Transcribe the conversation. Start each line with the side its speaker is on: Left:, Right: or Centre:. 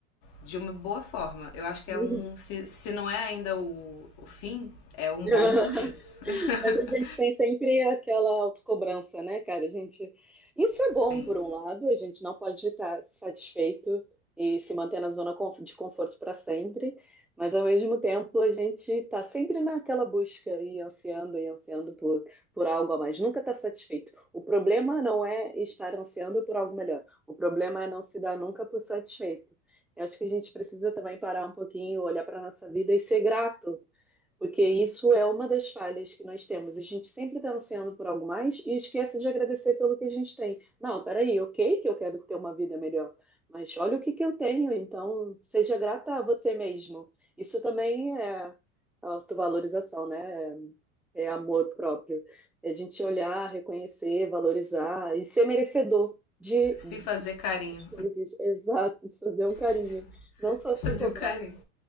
Left: de uma boa forma. Eu acho que
Centre: uhum.
Left: é um. Se, se não é ainda o, o fim, é um
Centre: <laughs>
Left: bom começo.
Centre: Mas
Left: <laughs>
Centre: a gente tem sempre aquela autocobrança, né, cara? A gente... Isso é
Left: Sim.
Centre: bom, por um lado, a gente não pode estar satisfeito e se manter na zona conf- de conforto para sempre, mas ao mesmo tempo a gente está sempre naquela busca e ansiando e ansiando por, por algo a mais, nunca está satisfeito. O problema não é estar ansiando por algo melhor, o problema é não se dar nunca por satisfeito. Eu acho que a gente precisa também parar um pouquinho, olhar para a nossa vida e ser grato porque isso é uma das falhas que nós temos. A gente sempre está ansiando por algo mais e esquece de agradecer pelo que a gente tem. Não, peraí, ok que eu quero ter uma vida melhor, mas olha o que que eu tenho, então seja grata a você mesmo. Isso também é autovalorização, né? É amor próprio. É a gente olhar, reconhecer, valorizar e ser merecedor de
Left: Se fazer carinho.
Centre: de coisas. Exato, fazer um carinho,
Left: Se
Centre: não só se
Left: fazer
Centre: cobrar.
Left: o carinho.